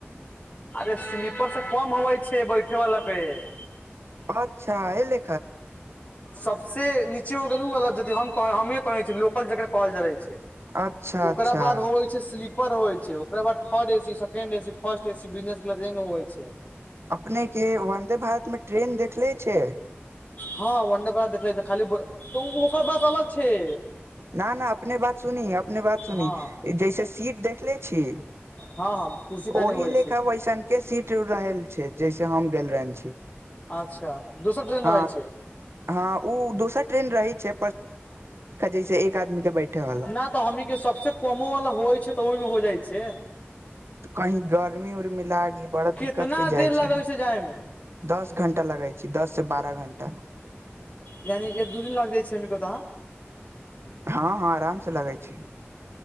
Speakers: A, on the left; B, on the right.
A: अरे स्लीपर सब कम होवै छैइ बैठे वाला बेड
B: अच्छा ए ले
A: सबसे नीचे कहे छ छीै लोकल जकरा कहल जा छै
B: अच्छा
A: <unintelligible> <unintelligible> ओकरा
B: अच्छा
A: बाद होइ छैय स्लीप पर हो छैय ओकरा बाद third A C second A C first A C business होइ छैय
B: अपने के वन्दे भारत में ट्रेन देखले छैय
A: हंअ् वंदेभारत देखले खाली तऽ ओकर बात अलग छैय
B: ना ना अपने बात सुनी अपने बात सुनी
A: हँ
B: जैसे सीट देखले छी
A: हँ हम कुर्सी
B: ओहि
A: खाने होइ
B: लेखा
A: छी
B: बैसन के सीट रहल छै जैसे हम गेल रह छी
A: अच्छा दोसर ट्रेन
B: ह
A: रहै छै
B: हँ ओ दोस ट्रेन रहै छै जैसे एक आदमी के बैठे वाला
A: नहि तऽ हमीे सबस कमो वाला होइ छै तऽ ओहिमे होइ जाइ छै
B: तऽ कहीं गर्मी उर्मी लागी बड़ा
A: कितना
B: दिक्कत होय जाइ
A: देर लगै
B: छै
A: जाय मे
B: दस घण्टा लगै छै दस सँ बारह घण्टा
A: यानि एक दू दिन लाग जाइ छै अमी के ओता कता
B: हँ हँ आराम से लगै छै